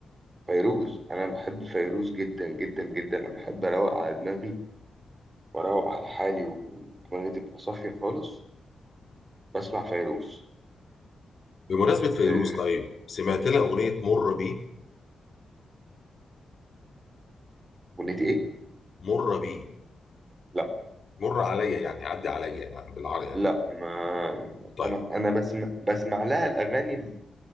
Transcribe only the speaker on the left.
بمناسبة فيروز
طيب سمعت لها اغنية مر بي
مر بي
مر عليا يعني عدي عليا يعني بالعربي يعني
طيب